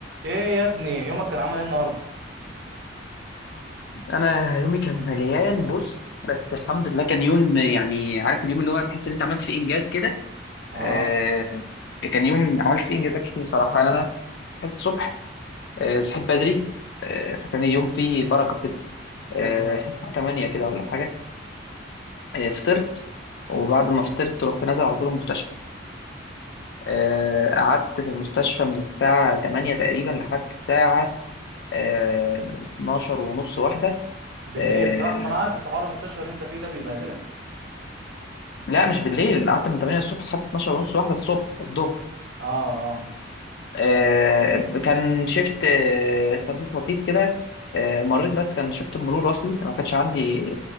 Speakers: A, on the right; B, on the left.
A: ايه يا ابني يومك كان عامل ايه النهارده
B: انا يومي كان مليان بص بس الحمد لله كان يوم يعني عارف اليوم اللي هو تحس ان انت عملت فيه انجاز كده
A: اه
B: آه كان يوم عملت فيه انجازات كتير بصراحه انا أنا صحيت الصبح آه صحيت بدري آه فكان اليوم فيه بركه كده
A: حلو
B: آه
A: ده
B: صحيت الساعه 8 كده ولا حاجه آه فطرت وبعد ما فطرت رحت نازل على طول المستشفى آه قعدت في المستشفى من الساعه 8 تقريبا لحد الساعه آه 12 ونص واحده
A: بالليل
B: آه
A: صح ما انا عارف انت حوار المستشفى اللي انت فيه ده بيبهدلك
B: لا مش بالليل انا قعدت من 8 الصبح لحد 12 ونص واحده الصبح الظهر
A: اه اه
B: آه كان شيفت آه خفيف لطيف كده آه مريت بس كان شيفت مرور اصلي أنا ما كانش عندي